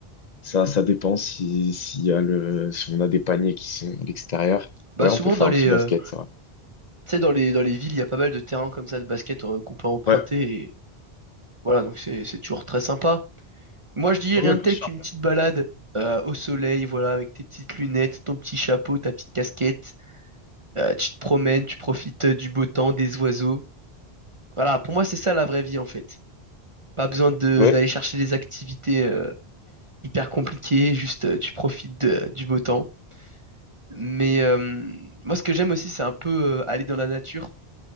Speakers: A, on the left; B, on the right.
A: ça, ça dépend si, s'il y a le, si on a des paniers qui sont à l'extérieur.
B: Bah
A: Ouais,
B: souvent
A: on peut faire
B: dans les,
A: un petit basket,
B: euh,
A: ça. va.
B: tu sais, dans les, dans les villes, il y a pas mal de terrains comme ça de basket euh, qu'on peut emprunter.
A: Ouais,
B: Et voilà, donc c'est, c'est toujours très sympa. Moi, je dis
A: ouais,
B: rien
A: ouais,
B: de
A: bien
B: tel
A: sûr.
B: qu'une petite balade euh, au soleil, voilà, avec tes petites lunettes, ton petit chapeau, ta petite casquette. Euh, tu te promènes, tu profites euh, du beau temps, des oiseaux. Voilà, pour moi, c'est ça la vraie vie en fait. Pas besoin de
A: Ouais,
B: d'aller chercher des activités euh, hyper compliquées, juste euh, tu profites de- du beau temps. Mais euh, moi, ce que j'aime aussi, c'est un peu euh, aller dans la nature